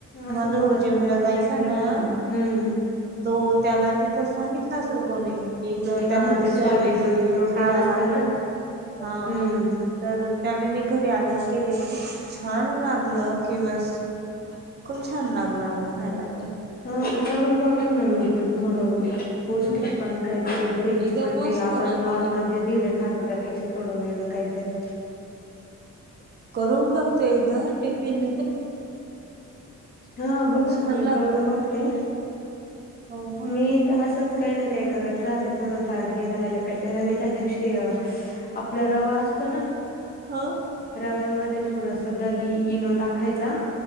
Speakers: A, on the left; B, on the right.
A: असं
B: माझ
A: थोडस
B: भाऊजीमला
A: वेगळं
B: जायचं
A: काहीतरी
B: ना
A: खायला हम्म हम्म
B: तो त्याला तिथं सांगितलं असेल कोणी की त्यांना
A: हा
B: ते सोयाबीन
A: मध्ये
B: ते
A: प्रोटीन
B: खावं
A: असतं
B: लागतं ना
A: हम्म
B: हा तर त्याने ते घरी आलं केले छान छान लागलं कि बस खूप छान लागलं अगं खायला ते
A: हा चरून बघण म थोड
B: हम्म
A: पौष्टिक पण काहीतरी चेंज
B: एकदम
A: पण
B: मस्त
A: ते आपण
B: लागलं
A: नॉर्मल णे धड खाता त्यापेक्षा थोडं वेगळं काहीतरी
B: करून बघतो एकदा टिफिन ला
A: हा बघाल
B: छान
A: ना मी
B: लागत
A: करून बघते
B: हो मग
A: मी तर असंच काही ना काही करत राहते थोडंफार हे राहाला काते मी त्या दिवशी आपला रवा असतो ना
B: हा
A: रव्यामध्ये थोडस दही इनो टाकायचा